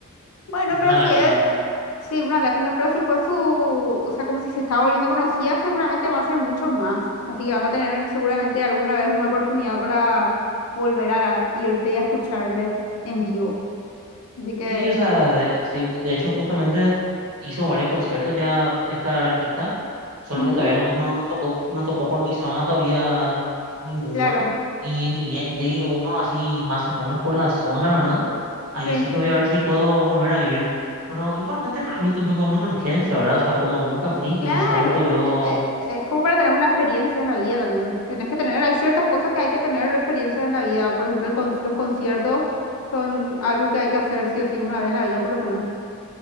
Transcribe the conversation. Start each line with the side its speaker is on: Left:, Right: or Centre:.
Left: Bueno,
Right: Es una
Left: pero
Right: lástima.
Left: sí Sí, una lástima, pero si fue su, o sea, como si se estaba volviendo conocida, seguramente va a ser muchos más. Así que vas a tener seguramente alguna vez una oportunidad para volver a irte y a escucharle en vivo. Así que,
Right: Sí, o sea, de, sí, de hecho justamente hizo varios conciertos ya esta artista, solo
Left: ujú,
Right: que todavía no, no no tocó, no tocó por mi zona todavía ninguno,
Left: claro,
Right: y ni bien llegue uno así más o menos por la zona, ¿verdad? Ahí
Left: sí,
Right: sí que voy a ver si puedo volver a ir, pero igualmente para mí tampoco es una urgencia, ¿verdad? O sea, como nunca fui, no
Left: claro.
Right: es algo que yo
Left: eh, eh, Es como para tener una experiencia en la vida también. Tenés que tener, hay ciertas cosas que hay que tener experiencia en la vida. Por ejemplo, el con- los conciertos son algo que hay que hacer sí o sí una vez en la vida, por lo menos.